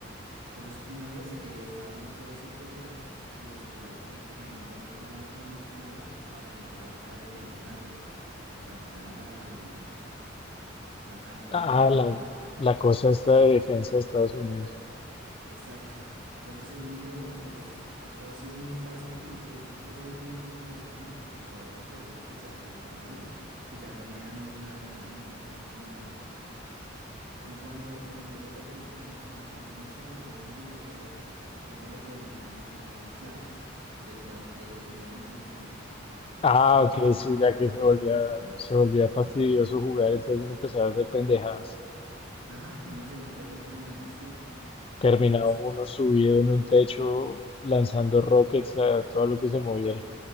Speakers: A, on the right; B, on the left.
A: Entonces, una vez eh, estaba haciendo todo ese proceso y descubrió que había encontrado una clave para entrar al Pentágono, o sea, para entrar a la, mm, a- al tema
B: Ah,
A: del Pentágono.
B: la, la cosa esta de defensa de Estados Unidos.
A: Exacto. Entonces él dijo, no, pues eso ha sido muy fácil y él llegó a un punto en el que decía, no, pues robar me parece, ta- o sea, tan fácil que ya no me da ninguna adrenalina, o sea, es como, ah, como cuando, bueno, yo le pongo el el ejemplo, como cuando uno estaba jugando un videojuego y que uno le ponía eh, claves de, inter- de dinero infinito, un ejemplo.
B: Ah,
A: Entonces como
B: ok,
A: que se
B: sí,
A: le
B: ya
A: pierde,
B: que se volvía, se volvía fastidioso jugar, entonces uno empezaba a hacer pendejadas.
A: ajá, que uno se le pierde como la emoción. Entonces
B: Terminaba uno subido en un techo lanzando rockets a todo lo que se moviera.